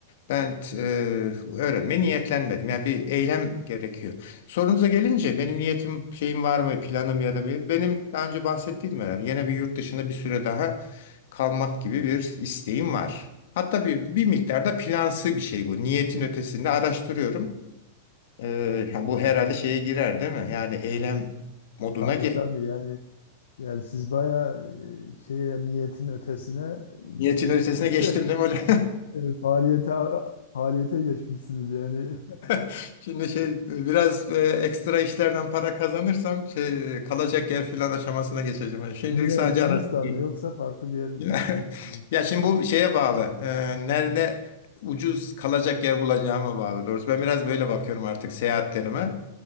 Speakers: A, on the left; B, on the left.
A: ben t- e, öğrenmeye niyetlenmedim. Yani bir eylem gerekiyor. Sorunuza gelince benim niyetim, şeyim var mı, planım ya da bir, benim daha önce bahsettiğim herhalde. Yine bir yurt dışında bir süre daha kalmak gibi bir isteğim var. Hatta bir, bir miktarda plansı bir şey bu. Niyetin ötesinde araştırıyorum. Ee, ha, bu herhalde şeye girer değil mi? Yani eylem moduna
B: Tabii
A: ge-
B: tabii yani yani siz bayağı e, şeye niyetin ötesine
A: niyetin ötesine
B: de
A: geçtim değil mi hocam?
B: E, faaliyete faaliyete geçmişsiniz yani.
A: <laughs> Şimdi şey biraz e, ekstra işlerden para kazanırsam şey kalacak yer filan aşamasına geçeceğim.
B: <laughs>
A: Yani şimdilik
B: Yine
A: sadece
B: Yunanistan
A: araştırıyorum.
B: mı yoksa farklı bir yer mi
A: Yine-
B: düşünüyorsunuz?
A: <laughs> Ya şimdi bu şeye bağlı. Ee, nerede ucuz kalacak yer bulacağıma bağlı. Doğrusu ben biraz böyle bakıyorum artık seyahatlerime.